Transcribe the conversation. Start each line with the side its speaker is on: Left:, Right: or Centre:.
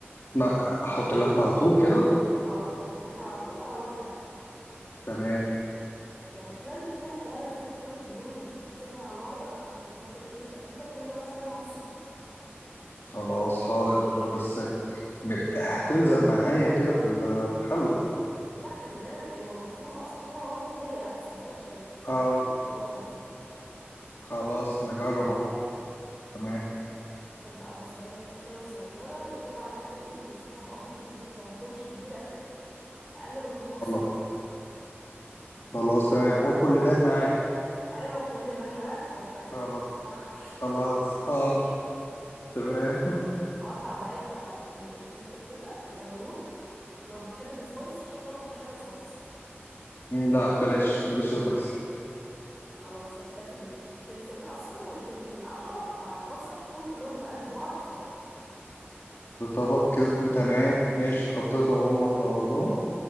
Left: ما احط اللحمه على طول كده
Centre: اه حط اللحمه على طول على نار هاديه
Left: تمام
Centre: يعني خلال دقيقتين هتلاقيها نزلت كل الدهون اللي فيها سيبها على النار بقى اديها كده ايه تقليبه كل مثلا نص دقيقه
Left: خلاص حاضر بس ب- ب- هتلزق معايا كده في ال- في الحله
Centre: لا خلي بالك ان المفروم اصلا فيها مواد دهنيه لا صدقني مش هتلزق بس جربي
Left: اه
Centre: و- وهتدعي
Left: خلاص نجرب اهو تمام
Centre: هات بقى بصلايه كده حلوه صغيره يا دوب على قد ايه تمسكها بقبضه ايدك كده ما تكونش كبيره قوي اقل من المتوسط
Left: خلاص
Centre: شويه
Left: خلاص تمام واكل لبان معاه
Centre: ايوه كل بان معاه عشان ما تعيط
Left: خلاص
Centre: صح
Left: خلاص حاضر تمام
Centre: وقطع معاك بقى ال- الفلفل كده القرنين ولو بتحب السبايسي حط ربع حاجه سبايسي
Left: لا بلاش بلاش سبايسي
Centre: خلاص نكتفي بال- بالفلفل الاصفر والفلفل الاحمر مع البصل حطهم كلهم في قلب بعض في طبق
Left: في طبق كده تمام ماشي حطيتهم
Centre: تمام؟
Left: هم مع بعضهم